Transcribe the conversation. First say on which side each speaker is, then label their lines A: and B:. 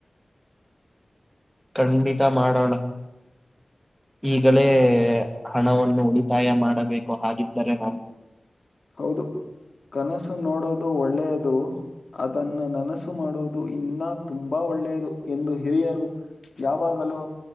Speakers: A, in the centre; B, on the left (about 70°).
A: ಖಂಡಿತ ಮಾಡೋಣ ಈಗಲೇ ಹಣವನ್ನು ಉಳಿತಾಯ ಮಾಡಬೇಕು ಹಾಗಿದ್ದರೆ ನಾನು
B: ಹೌದು ಕನಸು ನೋಡೋದು ಒಳ್ಳೆಯದು ಅದನ್ನ ನನಸು ಮಾಡುವುದು ಇನ್ನ ತುಂಬಾ ಒಳ್ಳೆಯದು ಎಂದು ಹಿರಿಯರು ಯಾವಾಗಲೂ